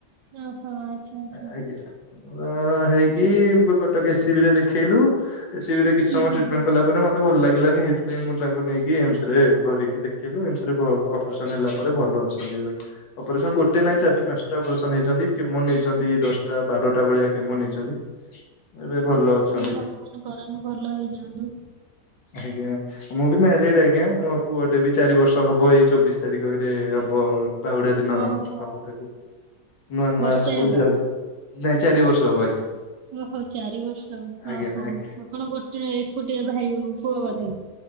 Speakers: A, on the right; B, on the left.
A: ଓହୋ ଆଚ୍ଛା ଆଚ୍ଛା।
B: ଆଜ୍ଞ । ମୋର ହୋଇଛି
A: ହୁଁ
B: Cuttack A C A CB ରେ ଦେଖେଇଲୁ, ଏ ସିବି ରେ କିଛି ସମୟ
A: ହୁଁ
B: ଟ୍ରିଟମେଣ୍ଟ
A: ହୁଁ
B: କଲା ପରେ, ମତେ ଭଲ ଲାଗିଲାନି ସେଥିାଇଁ ମୁଁ ତାଙ୍କୁ ନେଇକି ଏମସ ରେ ଭରିକି ଦେଖିଲୁ, ଏ ରେ ବ ଅପରେସନ୍ ହେଲା ପରେ ଭଲ ଅଛନ୍ତି ଏବେ। ଅପରେସନ୍ ଗୋଟେ ନାହିଁ ଚାରି, ପାଞ୍ଚଟା ଅପରେସନ୍ ହେଇଛନ୍ତି। କେମ ନେଇଛନ୍ତି ଦଶଟା, ବାରଟା ଭଳିଆ କେମ ନେଇଛନ୍ତି। ଏବେ ଭଲ ଅଛନ୍ତି
A: ହଁ, ଭଗବାନ
B: ଟିକେ।
A: କରନ୍ତୁ ଭଲ ହେଇଯାଆନ୍ତୁ।
B: ଆଜ୍ଞା, ମୁଁ ବି ମ୍ୟାରେଡ ଆଜ୍ଞା। ମୋ ପୁଅଟେ ବି ଚାରି ବର୍ଷ ହବ। ଏଇ ଚବିଶ ତାରିଖରେ ହବ। ବାହୁଡା ଦିନ ହବ
A: ଓହୋ
B: ତାକୁ। ନୂଆ, ନୂଆ
A: ବର୍ଷେ
B: ସ୍କୁଲ
A: ହେବ
B: ଯାଉଛି। ନାଇଁ ଚାରି ବର୍ଷ ହବ ଆଜ୍ଞା।
A: ଓହୋ, ଚାରି ବର୍ଷ ।ଓହୋ,
B: ଆଜ୍ଞା ଆଜ୍ଞା
A: ଆପଣ ଗୋଟେ ଗୋଟିଏ ଭାଇ ପୁଅ ବୋଧେ?